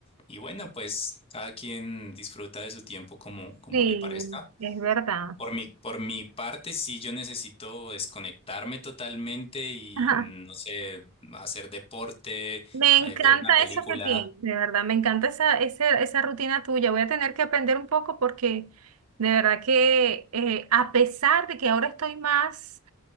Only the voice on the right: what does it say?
Sí,
es verdad.
Ajá.
Me
encanta
eso que tienes, de verdad, me encanta esa, esa, esa rutina tuya. Voy a tener que aprender un poco porque de verdad que eh, a pesar de que ahora estoy más,